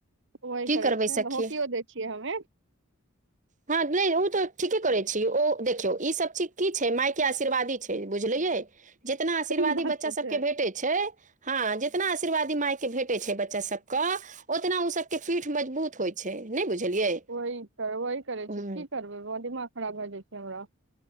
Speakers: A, on the right; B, on the right.
A: ओही
B: की
A: करै
B: करबै
A: छै,
B: सखी
A: होकियो दै छियै हमे।
B: हँ, नहि ओ तऽ ठीके करे छी, ओ देखियौ ई सभ चीज कि छै, माय के आशीर्वादी बुझलियै जितना आशीर्वादी
A: ई बात
B: बच्चा
A: तऽ
B: सभके
A: छै
B: भेटे छै। हँ, जीतना आशीर्वादी मायके भेटैत छै, बच्चा सभके ओतना ओ सभके पीठ मजबूत होइ छै, नहि बुझलियै?
A: ओह वही करै
B: हूँ
A: छै, कि करबै दिमाग खराब भए जाइ छै, हमरा।